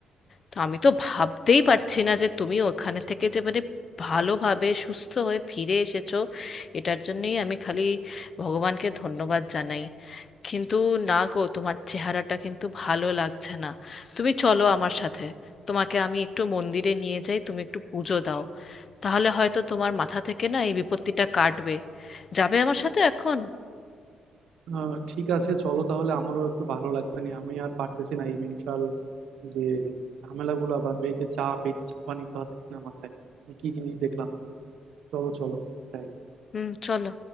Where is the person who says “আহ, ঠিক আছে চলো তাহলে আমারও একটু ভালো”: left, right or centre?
Right